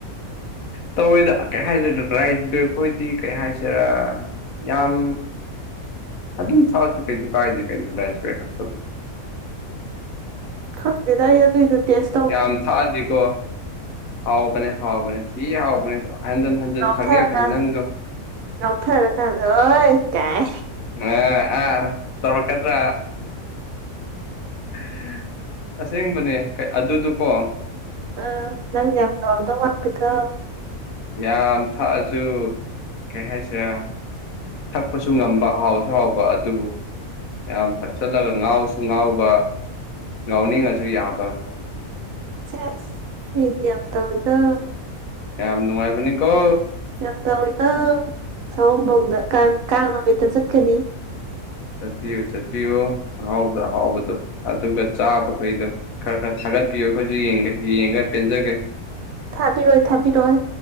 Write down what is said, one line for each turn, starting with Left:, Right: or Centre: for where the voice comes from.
Left: ꯇꯧꯔꯣꯏꯗ ꯀꯩ ꯍꯥꯏꯁꯤꯔ ꯔꯥꯏꯁ ꯕꯤꯌꯔ ꯈꯣꯏꯗꯤ ꯀꯩ ꯍꯥꯏꯁꯤꯔꯥ ꯌꯥꯝ ꯑꯗꯨꯝ ꯊꯛ ꯑꯗꯤ ꯀꯩꯁꯨ ꯀꯥꯏꯗꯦ ꯀꯩꯅꯣ ꯔꯥꯏꯁ ꯕꯤꯌꯔ ꯊꯛꯄꯕꯨ
Right: ꯈꯪꯗꯦꯗ ꯑꯩ ꯑꯗꯨꯏꯗ ꯇꯦꯁ ꯇꯧ
Left: ꯌꯥꯝ ꯊꯛꯑꯗꯤꯀꯣ ꯍꯥꯎꯕꯅꯦ ꯍꯥꯎꯕꯅꯦ ꯊꯤ ꯍꯥꯎꯕꯅꯦ ꯍꯟꯖꯤꯟ ꯍꯟꯖꯤꯟ
Right: ꯉꯥꯎꯊꯔꯀꯥꯟꯗ
Left: ꯊꯛꯅꯤꯡꯉꯛꯀꯅꯤ ꯅꯪꯗꯣ
Right: ꯉꯥꯎꯊꯔꯀꯥꯟꯗ ꯍꯣꯏ ꯀꯥꯏ
Left: ꯑ ꯑ ꯇꯧꯔꯛꯀꯅꯨ <inaudible> ꯑꯁꯦꯡꯕꯅꯦ ꯑꯗꯨꯗꯨꯀꯣ
Right: ꯑ ꯅꯪ ꯌꯥꯝ ꯆꯥꯎꯔꯝꯗꯧ ꯃꯥꯜꯂꯤꯀꯣ
Left: ꯌꯥꯝ ꯊꯛꯑꯁꯨ ꯀꯩ ꯍꯥꯏꯁꯤꯔꯥ ꯊꯛꯄꯁꯨ ꯉꯝꯕ ꯍꯥꯎꯁꯨ ꯍꯥꯎꯕ ꯑꯗꯨꯕꯨ ꯌꯥꯝ ꯊꯛꯆꯜꯂꯒ ꯉꯥꯎꯁꯨ ꯉꯥꯎꯕ ꯉꯥꯎꯅꯤꯡꯉꯁꯨ ꯌꯥꯕ
Right: ꯁꯦꯁ ꯃꯤꯗꯤ ꯌꯥꯝ ꯇꯧꯋꯤꯀꯣ
Left: ꯌꯥꯝ ꯅꯨꯡꯉꯥꯏꯕꯅꯤꯀꯣ
Right: ꯌꯥꯝ ꯇꯧꯋꯤ ꯀꯣ ꯁꯑꯣꯝꯕꯣꯡꯗ ꯀꯥꯡ ꯀꯥꯡ ꯅꯨꯃꯤꯠꯇ ꯆꯠꯀꯅꯤ
Left: ꯆꯠꯄꯤꯌꯨ ꯆꯠꯄꯤꯌꯨ ꯑꯍꯥꯎꯒ ꯑꯍꯥꯎꯕꯗꯣ ꯑꯗꯨꯒ ꯆꯥꯕꯈꯣꯏꯗꯣ ꯈꯔ ꯈꯔ ꯊꯥꯒꯠꯄꯤꯌꯨ ꯑꯩꯈꯣꯏꯁꯨ ꯌꯦꯡꯒꯦ ꯌꯦꯡꯉꯒ ꯄꯦꯟꯖꯒꯦ
Right: ꯊꯥꯕꯤꯔꯣꯏ ꯊꯥꯕꯤꯔꯣꯏ